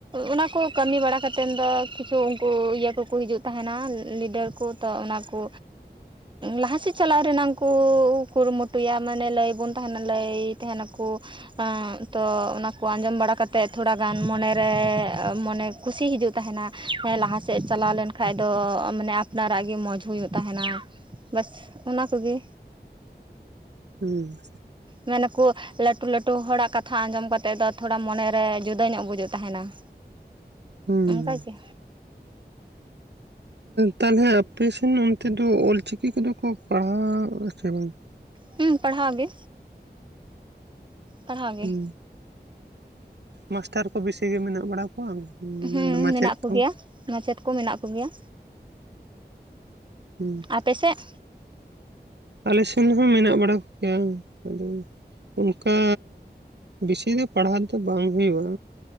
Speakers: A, on the right; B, on the right.
A: ᱚᱱᱟ ᱠᱚ ᱠᱟᱹᱢᱤ ᱵᱟᱲᱟ ᱠᱟᱛᱮᱱ ᱫᱚ ᱠᱤᱪᱷᱩ ᱩᱱᱠᱩ ᱤᱭᱟᱹ ᱠᱚ ᱠᱚ ᱦᱤᱡᱩᱜ ᱛᱟᱦᱮᱱᱟ ᱞᱤᱰᱟᱹᱨ ᱠᱚ ᱛᱚ ᱚᱱᱟ ᱠᱩ ᱞᱟᱦᱟ ᱥᱮᱫ ᱪᱟᱞᱟᱣ ᱨᱮᱱᱟᱝ ᱠᱚ ᱠᱚ ᱠᱩᱨᱩ ᱢᱩᱴᱩᱭᱟ ᱢᱟᱱᱮ ᱞᱟᱹᱭ ᱵᱚᱱᱟ ᱛᱟᱦᱮᱱᱟ ᱞᱟᱹᱭ ᱛᱟᱦᱮᱱᱟ ᱠᱚ ᱛᱚ ᱚᱱᱟ ᱠᱚ ᱟᱸᱡᱚᱢ ᱵᱟᱲᱟ ᱠᱟᱛᱮᱜ ᱛᱷᱚᱲᱟ ᱜᱟᱱ ᱢᱚᱱᱮ ᱨᱮ ᱢᱚᱱᱮ ᱠᱩᱥᱤ ᱦᱤᱡᱩᱜ ᱛᱟᱦᱮᱱᱟ ᱦᱮᱸ ᱞᱟᱦᱟ ᱥᱮᱫ ᱪᱟᱞᱟᱣ ᱞᱮᱱ ᱠᱷᱟᱡ ᱫᱚ ᱢᱟᱱᱮ ᱟᱯᱱᱟᱨᱟᱜ ᱜᱮ ᱢᱚᱡᱽ ᱦᱩᱭᱩᱜ ᱛᱟᱦᱮᱱᱟ ᱵᱟᱹᱥ ᱚᱱᱟ ᱠᱚ ᱜᱮ
B: ᱦᱩᱸ
A: ᱢᱮᱱᱟ ᱠᱚ ᱞᱟᱹᱴᱩ ᱞᱟᱹᱴᱩ ᱦᱚᱲᱟᱜ ᱠᱟᱛᱷᱟ ᱟᱸᱡᱚᱢ ᱠᱟᱛᱮᱜ ᱫᱚ ᱛᱷᱚᱲᱟ ᱢᱚᱱᱮ ᱨᱮ ᱡᱩᱫᱟᱹ ᱧᱚᱜ ᱵᱩᱡᱷᱟᱹᱜ ᱛᱟᱦᱮᱱᱟ <unintelligible>
B: ᱦᱩᱸ
A: ᱚᱱᱠᱟᱜᱮ
B: ᱛᱟᱦᱚᱞᱮ ᱟᱯᱮᱥᱱ ᱚᱱᱛᱮ ᱫᱚ ᱚᱞᱪᱤᱠᱤ ᱠᱚᱫᱚ ᱠᱚ ᱯᱟᱲᱦᱟᱜ ᱟ ᱥᱮ ᱵᱟᱝ᱾
A: ᱦᱩᱸ ᱯᱟᱲᱦᱟᱣ ᱜᱮ ᱯᱟᱲᱦᱟᱣ ᱜᱮ
B: ᱦᱩᱸ ᱢᱟᱥᱴᱟᱨ ᱠᱚ ᱵᱤᱥᱤ ᱜᱮ ᱢᱮᱱᱟᱜ ᱵᱟᱲᱟ᱾ ᱵᱟᱝ
A: ᱦᱩᱸ
B: ᱢᱮᱱᱢᱟ ᱢᱟᱪᱮᱫ
A: ᱢᱮᱱᱟᱜ ᱠᱚᱜᱮᱭᱟ
B: ᱠᱚ ᱾
A: ᱢᱟᱪᱮᱫ ᱠᱚ ᱢᱮᱱᱟᱜ ᱠᱚᱜᱮᱭᱟ᱾
B: ᱦᱩᱸ
A: ᱟᱯᱮᱥᱮᱫ
B: ᱟᱞᱮ ᱥᱮᱱ ᱦᱚᱸ ᱢᱮᱱᱟᱜ ᱵᱟᱲᱟ ᱠᱚᱜᱮᱭᱟ ᱟᱫᱚ ᱚᱱᱠᱟ ᱵᱮᱥᱤ ᱫᱚ ᱯᱟᱲᱦᱟᱣ ᱫᱚ ᱵᱟᱝ ᱦᱩᱭᱩᱜᱼᱟ᱾